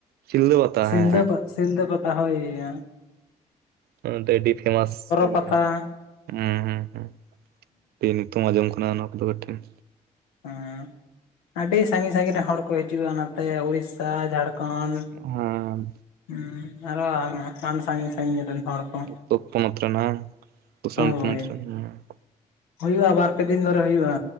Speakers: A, on the right (about 55°); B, on the left (about 75°).
A: ᱥᱤᱞᱫᱟᱹ ᱯᱟᱛᱟ
B: ᱥᱤᱞᱫᱟᱹ
A: ᱦᱮᱸ ᱦᱮᱸ
B: ᱯᱟ ᱥᱤᱞᱫᱟᱹ ᱯᱟᱛᱟ ᱦᱩᱭ <inaudible>
A: ᱚᱱᱟ ᱫᱚ ᱟᱹᱰᱤ ᱯᱷᱮᱢᱟᱥ
B: ᱯᱟᱛᱟ
A: ᱜᱮᱭᱟ ᱦᱮᱸ ᱦᱩᱸ ᱦᱩᱸ ᱾ <unintelligible> ᱱᱤᱛᱩᱢ ᱟᱸᱡᱚᱢ ᱠᱟᱱᱟ ᱱᱚᱣᱟ ᱠᱚᱫᱚ ᱠᱟᱹᱴᱷᱤ ᱾
B: ᱦᱮᱸ, ᱟᱹᱰᱤ ᱥᱟᱺᱜᱤᱧ ᱥᱟᱺᱜᱤᱧ ᱨᱮᱱ ᱦᱚᱲ ᱠᱚ ᱦᱤᱡᱩᱜᱼᱟ ᱱᱚᱛᱮ ᱩᱲᱤᱥᱥᱟ ᱡᱷᱟᱲᱠᱷᱚᱸᱰ
A: ᱦᱮᱸᱻ
B: ᱦᱩᱸ ᱟᱨᱚ ᱟᱭᱢᱟ ᱦᱟᱱ ᱥᱟᱺᱜᱤᱧ ᱥᱟᱺᱜᱤᱧ ᱨᱮᱱ ᱦᱚᱲ ᱠᱚ
A: ᱛᱚ ᱯᱚᱱᱟᱛ ᱨᱮᱱᱟ ᱦᱟᱝ <unintelligible>
B: ᱦᱳᱭ ᱦᱩᱭᱩᱜᱼᱟ ᱵᱟᱨ ᱯᱮ ᱫᱤᱱ ᱫᱷᱚᱨᱮ ᱦᱩᱭᱩᱜᱼᱟ᱾